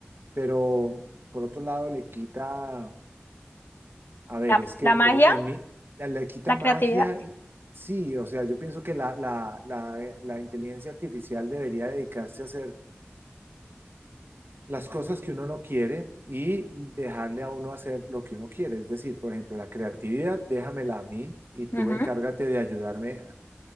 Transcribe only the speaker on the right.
pero por otro lado le quita a ver,
es que
por,
e, en mí, la, la quita
magia,
y- sí, o sea, yo pienso que la, la, la, eh, la inteligencia artificial debería dedicarse a hacer las cosas que uno no quiere y dejarle a uno hacer lo que uno quiere. Es decir, por ejemplo, la creatividad, déjamela a mí y tú
encárgate de ayudarme